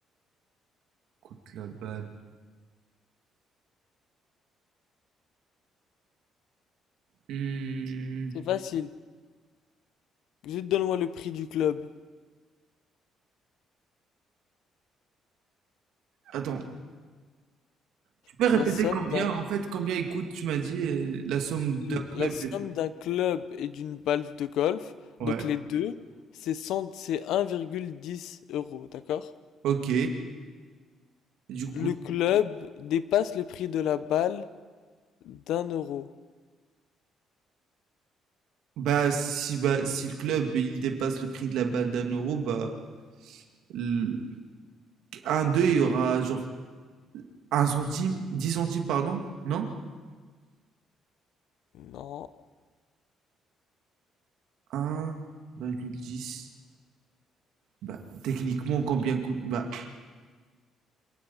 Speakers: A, on the right (about 75°); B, on the left (about 70°).
A: Coûte la balle. Hmm,
B: C'est facile. Juste donne-moi le prix du club.
A: Attends, tu peux
B: La
A: répéter
B: somme
A: combien,
B: d'un...
A: en fait, combien il coûte, tu m'as dit, euh, la somme d'un
B: l- La
A: club.
B: somme d'un club et d'une balle de golf,
A: Ouais,
B: donc les deux, c'est 100 c'est 1,10 euros, d'accord?
A: ok. Du coup,
B: Le club dépasse le prix de la balle d'un euro.
A: bah si, bah, si le club il dépasse le prix de la balle d'un euro, bah, le- un 2 il y aura genre un centime, 10 centimes, pardon, non?
B: Non,
A: un virgule dix Bah, techniquement, combien coûte? Bah,